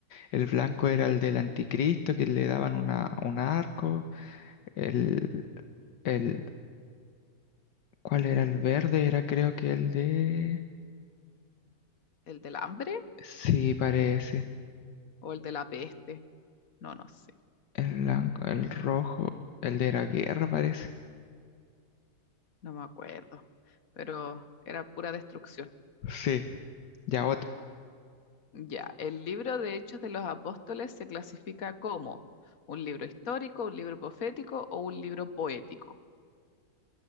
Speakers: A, on the left; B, on the left.
A: el blanco era el del anticristo que le daban una, un arco, el, el, ¿cuál era? El verde era creo que el de...
B: ¿El del hambre
A: Sí, parece.
B: o el de la peste? No, no sé,
A: El blanco, el rojo, el de la guerra parece.
B: no me acuerdo. Pero era pura destrucción.
A: Sí, ya
B: Ya, el libro de Hechos de los Apóstoles se clasifica como un libro histórico, un libro profético o un libro poético.